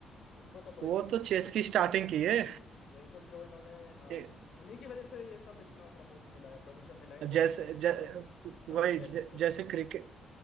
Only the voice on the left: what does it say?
उनको तो कोई
नहीं
बोलता
बिल्कुल जो इन्होंने हाँ
जि- उन्हीं की वजह से ये सब इतना प्रमोट मिला है प्रमोशन मिला है इंडिया
इंडिया को हाँ चाहे
चेस
चेस
से,